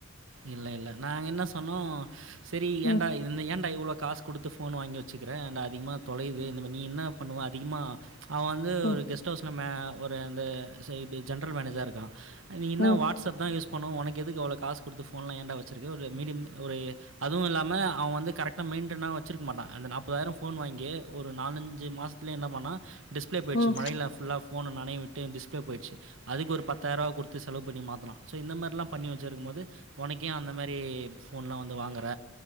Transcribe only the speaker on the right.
இல்ல இல்ல நாங்க என்ன சொன்னோ செரி
ஏன்டா இந் ஏன்டா இவ்ளோ காசு குடுத்து ஃபோன் வாங்கி வெச்சுக்கிறே அண்ட் அதிகமா தொலையுது இந்த ப நீ என்ன பண்ணுவோ அதிகமா அவன் வந்து
ஒரு கெஸ்ட் ஹவுஸ்ல மே ஒரு அந்த செ இப்டி ஜென்ரல் மேனேஜரா இருக்கான் நீ என்னா
வாட்ஸ்அப்தா யூஸ் பண்ணுவோ உனக்கு எதுக்கு அவ்ளோ காசு குடுத்து போன்ல்லா ஏண்டா வெச்சிருக்கு ஒரு மீடியம் ஒரு அதுவு இல்லாம அவன் வந்து கரெக்ட் மெயின்டெனா வெச்சிருக்க மாட்டான் அந்த நாற்பதாயிரம் ஃபோன் வாங்கி ஒரு நாலஞ்சு மாசத்லே என்ன பண்ணா டிஸ்ப்ளே போயிடுச்சு
மழையில ஃபுல்லா போன நனயவிட்டு டிஸ்பிளே போயிடுச்சு அதுக்கு ஒரு பத்தாயிரூவா குடுத் து செலவு பண்ணி மாத்துனா ஸோ இந்த மாரில்லா பண்ணி வெச்சுருக்கும்போது உனக்கு ஏன் அந்த மாரி ஃபோன்ல்லா வந்து வாங்கற